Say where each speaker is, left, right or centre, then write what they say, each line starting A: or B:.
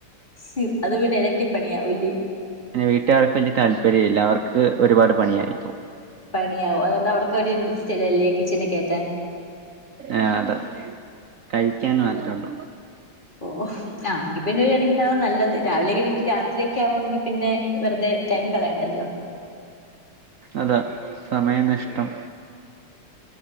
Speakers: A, on the left; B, on the right.
A: ശു അത് പിന്നെ എരട്ടിപ്പണിയാവും ല്ലേ
B: പിന്നെ വീട്ടുകാർക്ക് വല്ല്യ താല്പര്യം ഇല്ല അവർക്ക് ഒരുപാട് പണിയായിപ്പോ
A: പണിയാവും അതുകൊണ്ട് അവർക്ക് ഒരു ഇൻട്രസ്റ്റ് ഇല്ലല്ലേ കിച്ചണിൽ കേറ്റാൻ
B: ആഹ് അതാ കഴിക്കാൻ മാത്രേ ഉള്ളൂ
A: ഓഹ് ആഹ് എങ്കി പിന്നെ ഒരു കണക്കിന് അതാ നല്ലത് രാവിലെ കേറീട്ട് രാത്രി ഒക്കെ ആവുകണെങ്കിൽ പിന്നെ വെറുതെ ടൈം കളയണ്ടല്ലോ
B: അതെ സമയ നഷ്ടം